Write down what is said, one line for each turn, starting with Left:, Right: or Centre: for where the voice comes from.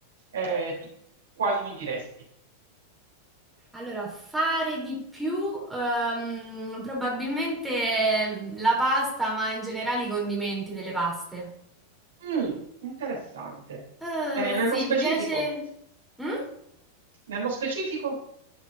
Right: eh, tu quali mi diresti?
Centre: Allora, fare di più, ehm, probabilmente mm, la pasta, ma in generale i condimenti delle paste.
Right: Mm, interessante.
Centre: Eh,
Right: Eh, nello
Centre: sì,
Right: specifico?
Centre: mi piace. Mm?
Right: Nello specifico?